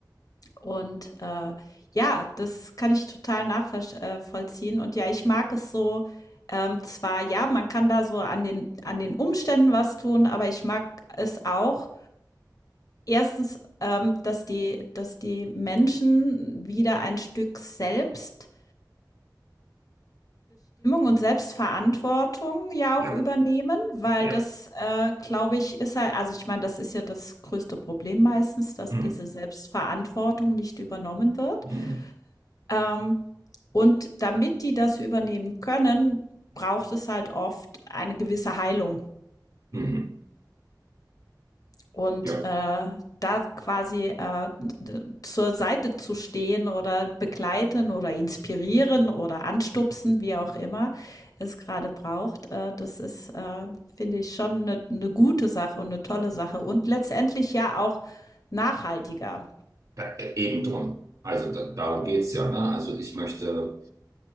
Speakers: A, on the left; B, on the right.
A: und äh, ja, das kann ich total nachvollziehen. Und ja, ich mag es so. Ähm, zwar, ja, man kann da so an den, an den Umständen was tun, aber ich mag es auch, erstens, ähm, dass die, dass die Menschen wieder ein Stück Selbstbestimmung und Selbstverantwortung ja
B: Ja,
A: auch übernehmen, weil
B: ja,
A: das, äh, glaube ich, ist halt, also ich meine, das ist ja das größte Problem meistens, dass
B: mhm.
A: diese Selbstverantwortung nicht übernommen wird.
B: Mhm.
A: Ähm, und damit die das übernehmen können, braucht es halt oft eine gewisse Heilung
B: Mhm.
A: Und
B: Ja,
A: äh, da quasi äh, zur Seite zu stehen oder begleiten oder inspirieren oder anstupsen, wie auch immer es gerade braucht, äh, das ist, äh, finde ich, schon eine, eine gute Sache und eine tolle Sache und letztendlich ja auch nachhaltiger.
B: da, äh, eben drum. Also da, darum geht's ja, ne? Also ich möchte